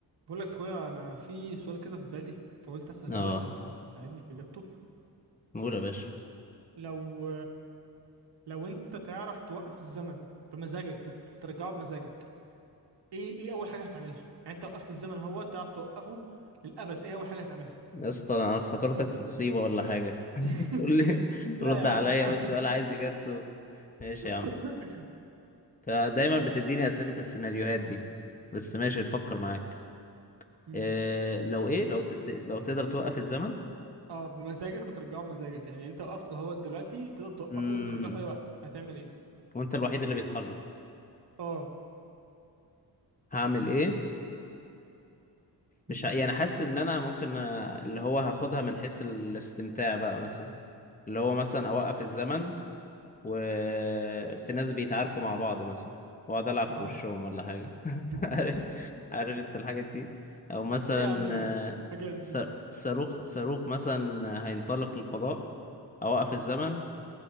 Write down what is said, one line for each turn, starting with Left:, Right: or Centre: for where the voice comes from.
Right: بقول لك اخويا انا في سؤال كده في بالي فقلت اساله
Left: اه
Right: لك يمكن تساعدني في اجابته
Left: قول يا باشا
Right: لو لو انت تعرف توقف الزمن بمزاجك وت- وترجعه بمزاجك ايه ايه اول حاجه هتعملها يعني انت وقفت الزمن اهو تعرف توقفه للابد ايه اول حاجه هتعملها
Left: يا اسطى انا أنا افتكرتك في مصيبة ولا حاجة <laughs>
Right: <laughs>
Left: تقول لي
Right: لا
Left: رد
Right: يا
Left: عليا
Right: عم لا
Left: والسؤال عايز اجابته ماشي
Right: <laughs>
Left: يا عم انت دايما بتديني اسئلة السيناريوهات دي بس ماشي تفكر معاك
Right: امم
Left: إيه لو ايه لو تد... لو تقدر توقف الزمن
Right: اه بمزاجك وترجعه بمزاجك يعني انت وقفته اهو دلوقتي تقدر توقفه
Left: امم
Right: وترجعه في اي وقت هتعمل ايه
Left: وانت الوحيد اللي بيتحرك
Right: اه
Left: هعمل ايه
Right: امم
Left: مش ه... يعني حاسس ان انا ممكن آه، اللي هو هاخدها من حيث الاستمتاع بقى مثلا اللي هو مثلا اوقف الزمن وفي ناس بيتعاركوا مع بعض مثلا واقعد العب في
Right: اه
Left: وشهم ولا حاجه <laughs>
Right: <laughs>
Left: عارف عارف انت الحاجات دي او مثلا
Right: ايه يا عم الحاجات
Left: آه،
Right: دي
Left: س- صاروخ صاروخ مثلا هينطلق للفضاء اوقف الزمن